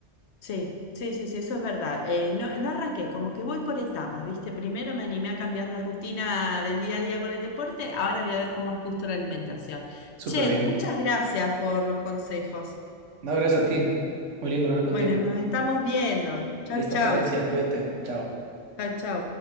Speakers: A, on the left; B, on the right.
A: Sí, sí, sí, sí, eso es verdad. Eh, no, no arranqué, como que voy por etapas, ¿viste? Primero me animé a cambiar la rutina del día a día con el deporte, ahora voy a ver cómo ajusto la alimentación.
B: Súper
A: Che,
B: bien.
A: muchas gracias por los consejos.
B: No, gracias a ti. Muy lindo hablar contigo.
A: Bueno, nos estamos viendo. Chau,
B: Listo,
A: chau.
B: Florencia, cuídate. Chao.
A: Chau, chau.